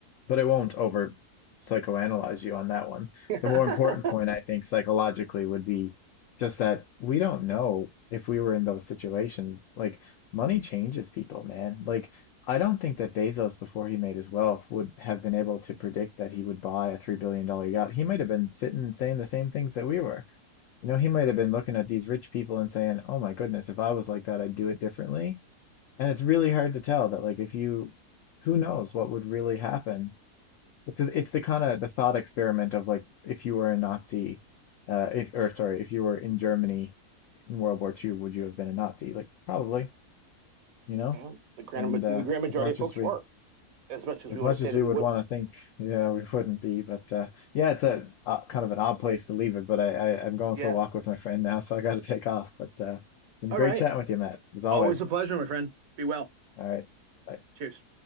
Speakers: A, on the left; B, on the right.
A: but it won't over psychoanalyze you on that one.
B: <laughs>
A: The more important point, I think, psychologically would be just that we don't know if we were in those situations. Like, money changes people, man. Like, I don't think that Bezos, before he made his wealth, would have been able to predict that he would buy a $3 billion dollar yacht. He might have been sitting and saying the same things that we were. You know, he might have been looking at these rich people and saying, oh my goodness, if I was like that, I'd do it differently. And it's really hard to tell that, like, if you, who knows what would really happen it's a, it's the kind of the thought experiment of like if you were a Nazi, uh, if or sorry, if you were in Germany in World War Two would you have been a Nazi? Like probably, you know.
B: Well, the grand
A: And uh,
B: the grand majority
A: as much
B: of folks
A: as we
B: were, as much as
A: as
B: we
A: much
B: want to say
A: as
B: that
A: we
B: we
A: would
B: wouldn't.
A: want to think, yeah, we wouldn't be. But uh, yeah, it's a uh, kind of an odd place to leave it. But I, I I'm going
B: Yeah.
A: for a walk with my friend now, <laughs> so I got to take off. But uh, been
B: All
A: great
B: right.
A: chatting with you, Matt, as always.
B: Always a pleasure, my friend. Be well.
A: All right, bye.
B: Cheers.